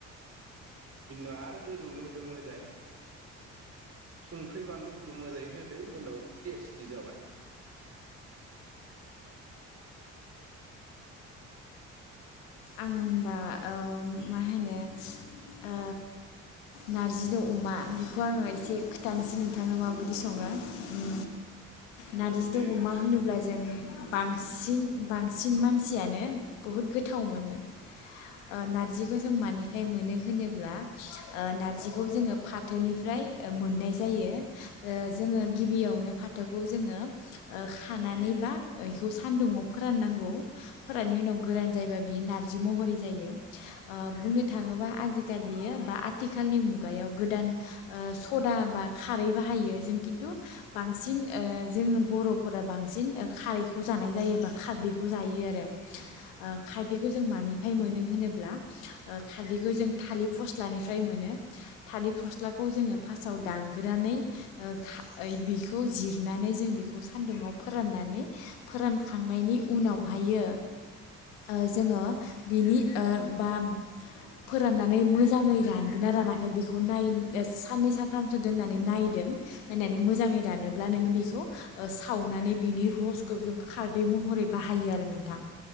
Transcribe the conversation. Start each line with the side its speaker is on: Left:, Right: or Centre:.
Right: बिनि उनाव आरो गोदौनो होदो मोजाङै संख्रि बानलुफोरखौ मोजाङै होदो मोननाव टेस्टि जाबाय।
Left: आङो होमबा ओम मा होनो ओ नारजिनि अमा बेखौ आङो एसे खोथानसै नोंथांनो माबायदि सङो उम। नारजिजों
Right: दे
Left: अमा
Right: नोंस्रा
Left: होनोब्ला
Right: दे
Left: जों बांसिन बांसिन मानसियानो बुहुत गोथा थाव मोनो ओ नारजिखौ जों मानिफाय मोनो होनोब्ला ओ नारजिखौ जोङो फाथोनिफ्राय ओ मोननाय जायो ओ जोङो गिबियावनो फाथोखौ जोङो ओ खानानैबा ऐखौ सानदुङाव फोराननांगौ फोराननि उनाव गोरान जायोबा बियो नारजि महरै जायो ओ बुंनो थाङोबा आजिखालियो बा आथिखालनि मुगायाव गोदान ओ सदा बा खारै बाहायो जों खिन्थु बांसिन ओ जोङो बर'फोरा बांसिन ओ खारैखौ जानाय जायो बा खारदैखौ जायो आरो। ओ खारदैखौ जों मानिफाय मोनो होनोब्ला ओ खारदैखौ जों थालिर फस्लानिफ्राय मोनो थालिर फस्लाखौ जोङो फासाव दानग्रोनानै ओ खा ऐ बेखौ जिरनानै जों बेखौ सानदुंआव फोराननानै फोरानखांनायनि उनावहायो ओ जोङो बिनि ओ बा फोराननानै मोजाङै रानगोना रानाखै बेखौ नाय एस साननै सानथामसो दोननानै नायदों नायनानै मोजाङै रानोब्ला नोङो बेखौ ओ सावनानै बिनि रसखौ जों खारदै महरै बाहायो आरो नोंथां।